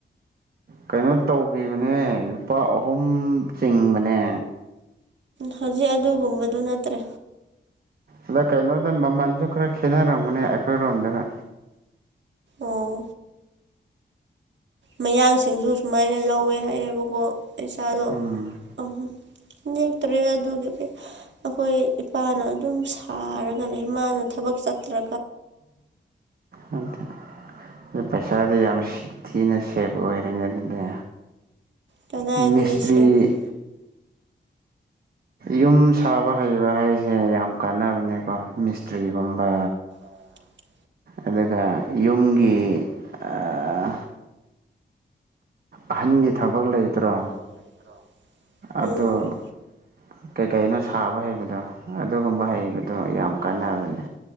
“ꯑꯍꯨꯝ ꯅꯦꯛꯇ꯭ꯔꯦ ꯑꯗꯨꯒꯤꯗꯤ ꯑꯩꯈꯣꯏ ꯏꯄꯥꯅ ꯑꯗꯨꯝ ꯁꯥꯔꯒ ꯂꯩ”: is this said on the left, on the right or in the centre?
Right